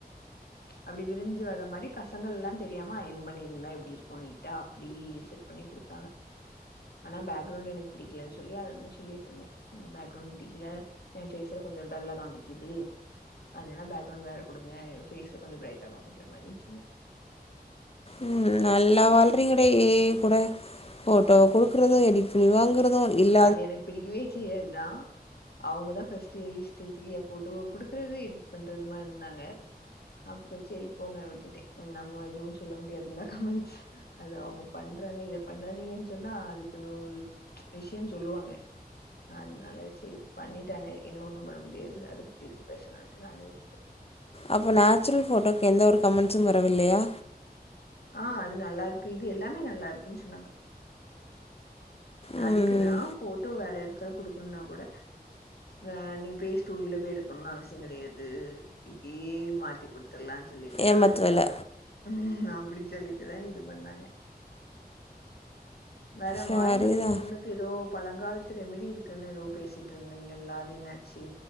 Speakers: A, on the left; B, on the left.
A: அப்டி விரிஞ்சு வர்ற மாரி கசங்கல்லா தெரியாம அயன் பண்ணியிருந்தா எப்டி இருக்கு நீட் ட்டா அப்டி செட் பண்ணி குடுத்தாங்க ஆனா ஃபேக்ரவுண்ட் எனக்கு பிடிக்கலன் சொல்லி அத தா சொல்லி ட்ருந்தே ஃபேக்ரவுண்ட் பிடிக்ல ஏ ஃபேஷுல கொஞ்சோ டல்லா காமிக்கிது அதுனால ஃபேக்ரவுண்ட் வேற குடுங்க ஏ ஃபேஸ கொஞ்சோ ப்ரைட்டா காமிக்கிற மாதிரின் சொன்னே
B: ம் நல்லா வாழ்றீங்கடே ஏ ஐ கூட போட்டோவ
A: ம்
B: குடுக்கறதும் எடிட் பண்ணி வாங்கறதும் இல்
A: அது எனக்கு பிடிக்கவே செய்யாதுதா அவுங்கதா ஃபர்ஸ்ட்டு ஏ இஷ்டத்துக்கு ஏ போட்டோவ குடுக்குறது எடிட் பண்றதுமா இருந்தாங்க அப்றோ சேரி போங்க விட்டுட்டே நம்ம எதுவும் சொல்ல முடியாதுல்ல கமெண்ட்ஸ் அத அவுங் பண்றாங்க இத பண்ணாதீங்கன் சொன்னா அதுக்கு நூறு விஷயோ சொல்லுவாங்க அதுனால சேரி பண்ணிட்டாங்க இனி ஒண்ணு பண்ண முடியாது அத பத்தி எதுக்கு பேசணுன்ட்டு நானு விட்டுட்டே
B: அப்போ நேச்சுரல் போட்டோவுக்கு எந்த ஒரு கமெண்ட்ஸும் வரவில்லையா
A: ஆ அது நல்லா இருக்கு இது எல்லாமே நல்லா இருக்குன்னு சொன்னாங்க
B: ம்
A: அதுக்குதா போட்டோ வேற யாருக்காக குடுக்கணுனா கூட ஆ நீ போய் ஸ்டூடியோல போய் எடுக்கணுன்னு அவசியோ கெடையாது இப்டியே மாத்தி குடுத்துர்லான் சொல்லிட்டுதா
B: ஏமாத்து
A: அதுக்காக
B: வேல
A: ம் அப்டி சொல்லிட்டுதா இது பண்ணாங்க வேற
B: சரிதா
A: வாயிலருக்குற புண்ணு க்கு எதோ பழங்காலத்து ரெமிடி இருக்குன்னு எதோ பேசிட்டு இருந்தீங்கல்ல அது இன்னாச்சு